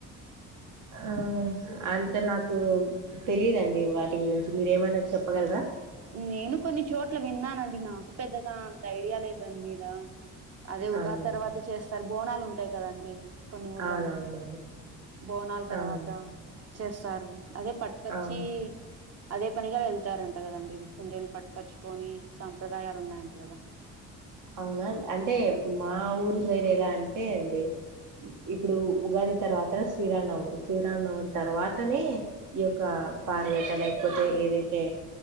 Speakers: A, on the right; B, on the right.
A: ఆ అంతే నాకు తెలీదండి వాటి గురించి మీరేమనా చెప్పగలరా
B: నేను కొన్ని చోట్ల విన్నానండి నాకు పెద్దగా అంత ఐడియా లే దాని మీద అదే ఉగా
A: అవునా
B: తర్వాత చేస్తా సారి బోనాలు ఉంటాయి కదండి కొన్ని ఊర్లలో
A: అవునవునండి
B: బోనాల తర్వాత
A: అవును
B: చేస్సారు అదే పట్కచ్చి
A: అవును
B: అదే పనిగా వెళ్తారంట కదండి కుందేలుని పట్టుకచ్చుకొని సాంప్రదాయాలు ఉన్నాయంట కదా
A: అవునా అంటే మా ఊరు సైడ్ ఎలా అం టే అండి ఇప్పుడు ఉగాది తర్వాత శ్రీరానవమి శ్రీరాంనవమి తర్వాతనే ఈ యొక్క పార్వేట లేకపోతే ఏదైతే